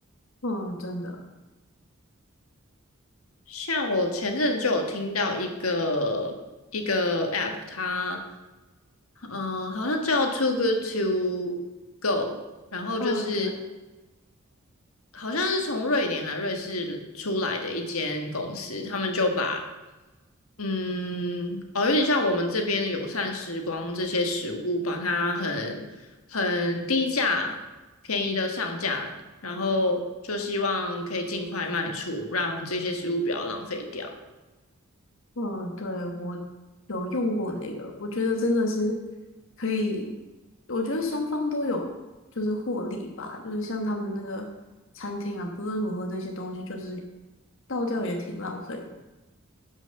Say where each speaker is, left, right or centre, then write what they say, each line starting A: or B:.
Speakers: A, on the left (about 65°); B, on the left (about 90°).
A: 嗯，真的。
B: 像我前阵就有听到一个一个 app，它嗯、呃好像叫 Too Good to Go，然后就是
A: 嗯，对，
B: 好像是从瑞典还瑞士出来的一间公司，他们就把嗯哦有点像我们这边的友善时光这些食物，把它很很低价便宜的上架，然后就希望可以尽快卖出，让这些食物不要浪费掉。
A: 嗯，对，我有用过那个，我觉得真的是可以，我觉得双方都有就是获利吧，就是像他们那个餐厅啊，不论如何那些东西就是倒掉也挺浪费的。